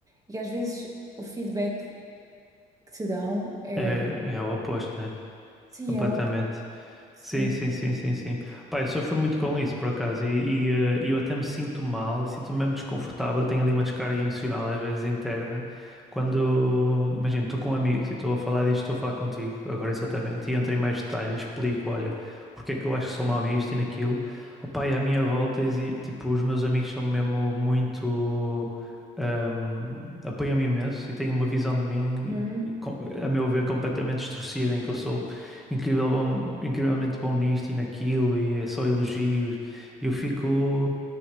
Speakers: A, on the right (about 20°); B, in the centre.
A: E às vezes o feedback que te dão é.
B: É, é o oposto, né?
A: Sim,
B: Completamente.
A: é o apoio, sim.
B: Sim, sim, sim, sim, sim. Pá, eu sofro muito com isso, por acaso, e, e, eh, eu até me sinto mal, sinto-me mesmo desconfortável, tenho ali uma descarga emocional, às vezes interna, quando, imagino, estou com amigos e estou a falar disto, estou a falar contigo, agora exatamente, e entro em mais detalhe e explico, olha, porque é que eu acho que sou mau nisto e naquilo. Opá, e à minha volta, exi- tipo, os meus amigos são mesmo muito... ahm, apoiam-me imenso e têm uma visão de mim,
A: Uhum.
B: com- a meu ver, completamente distorcida, em que eu sou incrível bom- incrivelmente bom nisto e naquilo, e é só elogios. E eu fico,